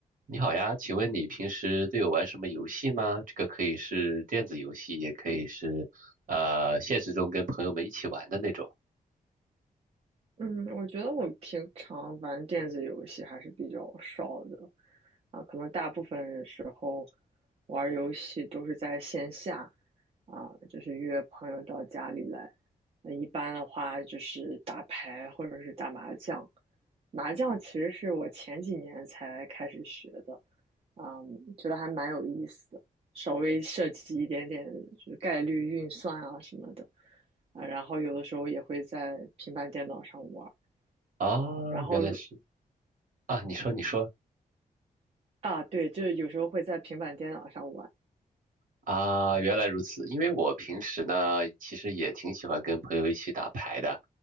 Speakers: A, on the right; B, on the right.
A: 你好呀，请问你平时都有玩什么游戏吗？这个可以是电子游戏，也可以是呃现实中跟朋友们一起玩的那种。
B: 嗯，我觉得我平常玩电子游戏还是比较少的，啊，可能大部分时候玩儿游戏都是在线下，啊，就是约朋友到家里来。那一般的话就是打牌或者是打麻将，麻将其实是我前几年才开始学的，啊，觉得还蛮有意思的，稍微涉及一点点就是概率运算啊什么的。啊，然后有的时候也会在平板电脑上玩儿
A: 啊，
B: 啊，然后
A: 原来是啊，你说你说，
B: 啊，对，就是有时候会在平板电脑上玩，
A: 啊，原来如此。因为我平时呢，其实也挺喜欢跟朋友一起打牌的。